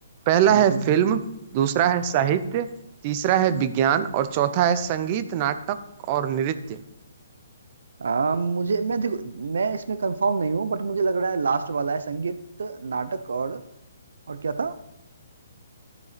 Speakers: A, on the right; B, on the right.
A: पहला
B: बिल्कुल
A: है फिल्म
B: बिल्कुल
A: दूसरा है साहित्य तीसरा है विज्ञान और चौथा है संगीत नाटक और नृत्य
B: आ, मुझे मैं देखो मैं इसमें कंफर्म नहीं हूँ बट मुझे लग रहा है लास्ट वाला है संगीत नाटक और और क्या था